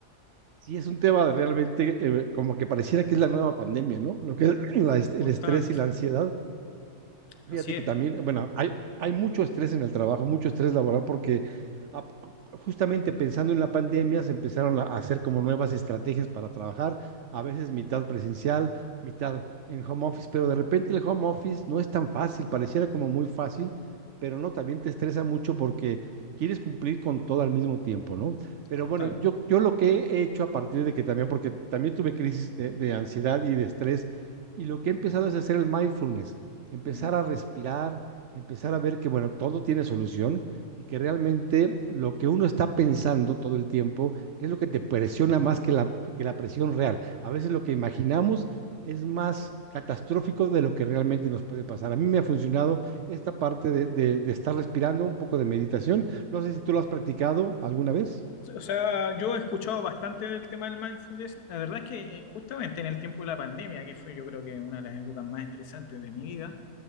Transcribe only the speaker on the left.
Justamente,
así es,
justamente.
Mm.
O sea, yo he escuchado bastante del tema del mindfulness. La verdad es que eh, justamente en el tiempo de la pandemia, que fue yo creo que una de las épocas más estresantes de mi vida,